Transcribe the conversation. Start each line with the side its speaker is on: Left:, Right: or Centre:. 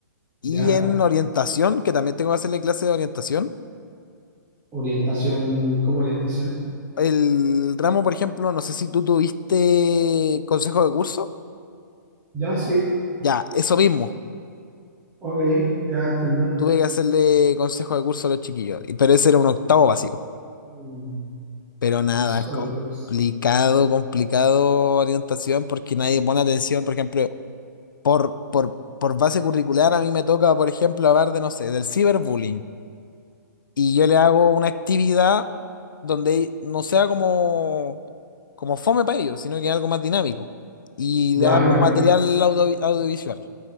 Left: Y
Right: ¿Ya?
Left: en orientación, que también tengo que hacerle clase de orientación,
Right: Orientación, ¿cómo orientación?
Left: el ramo, por ejemplo, no sé si tú tuviste consejo de curso,
Right: Ya, sí.
Left: ya, eso mismo.
Right: Ok, ya entiendo.
Left: tuve que hacerle consejo de curso a los chiquillos, y- pero ese era un octavo básico.
Right: Mm,
Left: Pero nada,
Right: Consejo
Left: es complicado,
Right: de curso.
Left: complicado orientación porque nadie pone atención, por ejemplo, por, por, por base curricular a mí me toca, por ejemplo, hablar de, no sé, del ciberbullying. Y yo le hago una actividad donde no sea como, como fome para ellos, sino que algo más dinámico. Y
Right: Ya,
Left: le hago
Right: claro.
Left: un material audio- audiovisual.